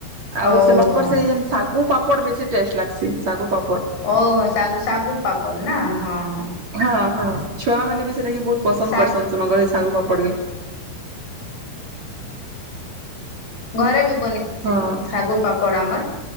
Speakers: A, on the right (about 40°); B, on the left (about 55°).
A: ଆଉ
B: ଓହୋ
A: ସେମାନଙ୍କର ସେଇ ଯେନ୍ ଶାଗୁ ପାପଡ଼୍ ବେଶୀ ଟେଷ୍ଟ ଲାଗ୍ସି ଶାଗୁ ପାପଡ଼
B: ଓହୋ ଶାଗୁ ଶାଗୁ ପାପଡ଼୍ ନା ହଁ ହଁ।
A: ହଁ ହଁ ଛୁଆ ମାନେ ବି ସେଟାକେ ବହୁତ ପସନ୍ଦ
B: ଶାଗୁ
A: କରସନ୍ ସେମାନଙ୍କର ସେ ଶାଗୁ ପାପଡ଼୍ ବି।
B: ଘରେ ବି ବନେ
A: ହଁ।
B: ଶାଗୁ ପାପଡ଼୍ ଆମର